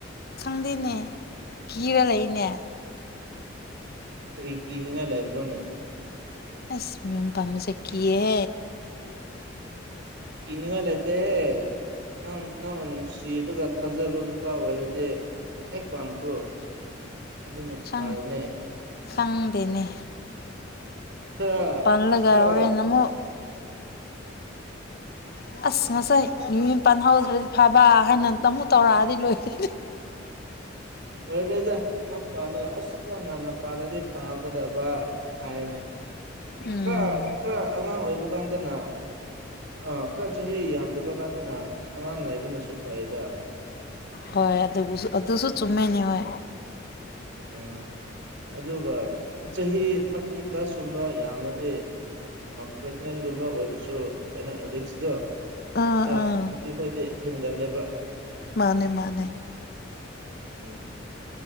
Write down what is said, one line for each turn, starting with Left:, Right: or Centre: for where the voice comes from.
Left: ꯈꯪꯗꯦꯅꯦ ꯀꯤꯔ ꯂꯩꯅꯦ
Right: ꯀꯔꯤ ꯀꯤꯅꯤꯡꯉꯥꯏ ꯂꯩꯕ꯭ꯔꯣꯅꯦ
Left: ꯑꯁ ꯌꯨꯝ ꯄꯥꯟꯕꯁꯤ ꯀꯤꯌꯦ
Right: ꯀꯤꯅꯤꯡꯉꯥꯢ ꯂꯩꯇꯦ ꯍꯦ ꯅꯪ ꯅꯪꯅ ꯅꯨꯡꯁꯤ ꯑꯗꯨꯒ ꯊꯥꯖꯕ ꯅꯨꯄꯥ ꯑꯣꯏꯔꯗꯤ ꯍꯦꯛ ꯄꯥꯟꯈ꯭ꯔꯣ ꯑꯗꯨꯅ ꯐꯥꯔꯅꯦ
Left: ꯁꯪ ꯈꯪꯗꯦꯅꯦ
Right: ꯈꯔ
Left: ꯄꯜꯂꯒ
Right: ꯈꯔ
Left: ꯍꯣꯔꯦꯟ ꯑꯃꯨꯛ ꯎ <unintelligible> ꯑꯁ ꯉꯁꯥꯏ ꯃꯤ ꯃꯌꯨꯝꯄꯥꯟ ꯍꯧꯗ꯭ꯔꯗꯤ ꯐꯕ ꯍꯥꯏꯅ ꯇꯥꯃꯨꯛ ꯇꯧꯔꯛꯑꯗꯤ ꯂꯣꯏꯔꯦ
Right: <unintelligible> ꯑꯣꯢꯔꯣꯢꯗ ꯅꯪ ꯄꯥꯜꯂꯒ ꯑꯁ ꯈꯔ ꯉꯟꯅ ꯄꯥꯜꯂꯗꯤ ꯐꯒꯗꯕ ꯍꯥꯏꯔꯅꯤ
Left: ꯎꯝ
Right: ꯈꯔ ꯈꯔ ꯑꯉꯥꯡ ꯑꯣꯏꯕ ꯀꯥꯟꯗꯅ ꯑꯥ ꯈꯔ ꯆꯍꯤ ꯌꯥꯝꯗꯕ ꯀꯥꯟꯗꯅ ꯑꯉꯥꯡ ꯂꯕꯅꯁꯨ ꯐꯩꯗ
Left: ꯍꯣꯏ ꯑꯗꯨꯕꯨꯁꯨ ꯑꯗꯨꯁꯨ ꯆꯨꯝꯃꯦꯅꯦ ꯍꯣꯏ
Right: ꯎꯝ ꯑꯗꯨꯒ ꯆꯍꯤ ꯊꯥꯔꯇꯤ ꯄ꯭ꯂꯁꯀꯨꯝꯕ ꯌꯥꯝꯂꯗꯤ ꯄ꯭ꯔꯦꯒꯅꯦꯟꯒꯨꯝꯕ ꯑꯣꯏꯕꯁꯨ ꯀꯩꯅꯣ ꯔꯤꯛꯁꯇꯣ
Left: ꯑꯥ
Right: ꯈꯔ
Left: ꯑꯥ
Right: ꯈꯣꯏꯗꯤ ꯍꯦꯟꯒꯜꯂꯦꯕ
Left: ꯃꯥꯅꯦ ꯃꯥꯅꯦ
Right: um